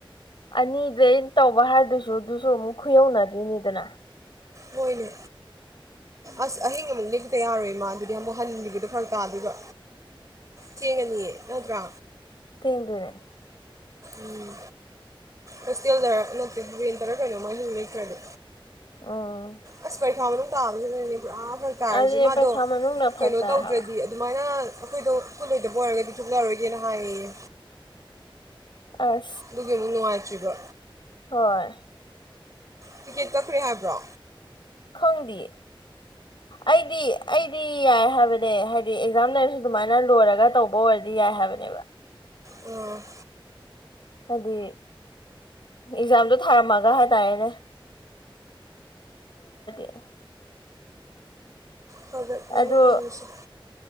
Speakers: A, on the left; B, on the right.
A: ꯑꯅꯤꯗ ꯑꯩꯅ ꯇꯧꯕ ꯍꯥꯏꯗꯨꯁꯨ ꯑꯗꯨꯁꯨ ꯑꯃꯨꯛ ꯈꯨꯌꯧꯅꯗꯣꯏꯅꯤꯗꯅ
B: ꯍꯣꯏꯅꯦ ꯑꯁ ꯑꯍꯤꯡ ꯑꯃꯨꯛ ꯂꯦꯛꯇ ꯌꯥꯔꯣꯏ ꯃꯥ ꯑꯗꯨꯗꯤ ꯑꯃꯨꯛ ꯍꯟꯈꯤꯕꯗꯣ ꯐꯔꯛ ꯇꯥꯗꯣꯏꯕ ꯊꯦꯡꯉꯅꯤꯌꯦ ꯅꯇ꯭ꯔꯥ
A: ꯊꯦꯡ ꯗꯣꯢꯅꯦ
B: ꯎꯝ ꯍꯣꯁꯇꯦꯜꯗꯔ ꯅꯠꯇꯦ ꯔꯦꯟ ꯇꯔꯥ ꯀꯩꯅꯣ ꯃꯥ ꯑꯍꯤꯡ ꯂꯦꯛꯇ꯭ꯔꯗꯤ
A: ꯎꯝ
B: ꯑꯁ ꯄ ꯩꯈ ꯃꯅꯨꯡ ꯇꯥꯕꯗꯨꯅꯅꯦꯕ ꯄꯨꯔꯥ ꯐꯔꯛ ꯇꯥꯔꯤꯁꯦ
A: ꯑꯗꯨꯅꯦ
B: ꯃꯥꯗꯣ
A: ꯄꯩꯈꯥ ꯃꯅꯨꯡꯗ ꯐꯔꯛ
B: ꯀꯩꯅꯣ
A: ꯇꯥꯏ
B: ꯇꯧꯗ꯭ꯔꯗꯤ
A: ꯍꯥꯏꯕ
B: ꯑꯗꯨꯃꯥꯏꯅ ꯑꯩꯈꯣꯏꯗꯣ ꯀꯨꯠꯂꯣꯏꯗꯕ ꯑꯣꯏꯔꯒꯗꯤ ꯊꯣꯛꯂꯛꯑꯔꯣꯏꯒꯦꯅ ꯍꯥꯏꯌꯦꯌꯦ
A: ꯑ
B: ꯑꯗꯨꯒꯤ ꯅꯨꯡꯉꯥꯏꯇ꯭ꯔꯤꯕ
A: ꯍꯣꯏ
B: ꯇꯤꯛꯀꯦꯠ ꯀꯛꯈ꯭ꯔꯦ ꯍꯥꯏꯕ꯭ꯔꯣ
A: ꯈꯪꯗꯤꯌꯦ ꯑꯩꯗꯤ ꯑꯩꯗꯤ ꯌꯥꯏ ꯍꯥꯏ ꯍꯥꯏꯕꯅꯦ ꯍꯥꯏꯗꯤ ꯑꯦꯛꯖꯥꯝ ꯂꯩꯔꯁꯨ ꯑꯗꯨꯃꯥꯏꯅ ꯂꯣꯏꯔꯒ ꯇꯧꯕ ꯑꯣꯏꯔꯗꯤ ꯌꯥꯏ ꯍꯥꯏꯕꯅꯦꯕ
B: ꯎꯝ
A: ꯍꯥꯏꯗꯤ ꯑꯦꯛꯖꯥꯝꯗꯣ ꯊꯥꯔꯝꯃꯒ ꯍꯥꯏꯇꯥꯔꯦꯅꯦ <unintelligible>
B: ꯐꯔꯛ ꯅꯤꯅꯦ
A: ꯑꯗꯨ
B: ꯇꯧꯔꯤꯁꯦ